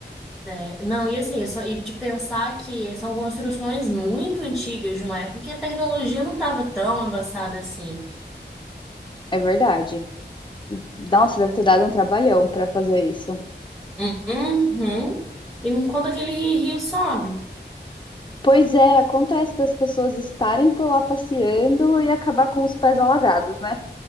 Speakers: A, in the centre; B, on the left.
A: É, não, e assim, é só, e de pensar que são construções muito antigas de uma época que a tecnologia não estava tão avançada assim.
B: É verdade. Nossa, deve ter dado um trabalhão para fazer isso.
A: Uhum. E quando aquele rio sobe?
B: Pois é, acontece das pessoas estarem por lá passeando e acabar com os pés alagados, né?